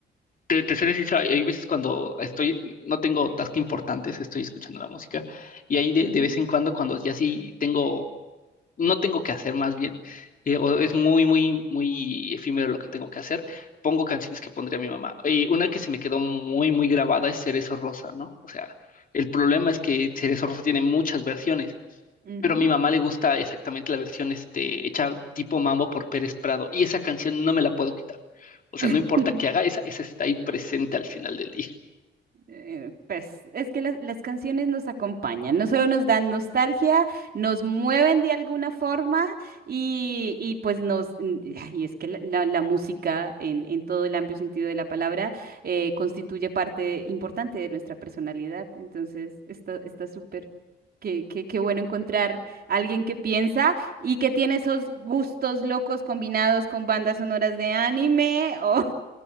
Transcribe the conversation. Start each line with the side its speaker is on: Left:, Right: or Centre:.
Left: Te, te seré sincero, hay hay veces cuando estoy, no tengo tasks importantes, estoy escuchando la música. Y ahí de,
Right: Ujú,
Left: de vez en cuando, cuando ya sí tengo no tengo que hacer más bien, eh, o es muy, muy, muy efímero lo que tengo que hacer, pongo canciones que pondría mi mamá. Y una que se me quedó muy, muy grabada es Cerezo Rosa, ¿no? O sea, el problema es que Cerezo Rosa tiene muchas versiones,
Right: ujú,
Left: pero a mi mamá le gusta exactamente la versión este, hecha tipo mambo por Pérez Prado, y esa canción no me la puedo quitar. O sea,
Right: ujú.
Left: no importa qué haga, esa, esa está ahí presente al final del día.
Right: Eh, pues es que las, las canciones nos acompañan, no solo nos dan nostalgia, nos mueven de alguna forma y, y pues nos, y es que la, la- la música en, en todo el amplio sentido de la palabra eh, constituye parte importante de nuestra personalidad, entonces está, está súper. Qué, qué, qué bueno encontrar a alguien que piensa y que tiene esos gustos locos combinados con bandas sonoras de anime o-